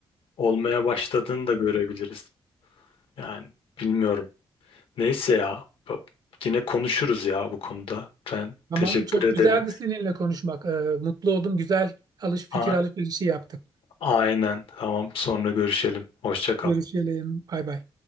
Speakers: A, on the left; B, on the right.
A: olmaya başladığını da görebiliriz. Yani bilmiyorum. Neyse ya. bu- Yine konuşuruz ya bu konuda. Ben
B: Tamam,
A: teşekkür
B: çok
A: ederim.
B: güzeldi seninle konuşmak. E, mutlu oldum. Güzel alış fikir
A: A-
B: alışverişi yaptık.
A: aynen. Tamam. Sonra görüşelim. Hoşça kal.
B: Görüşelim. Bay bay.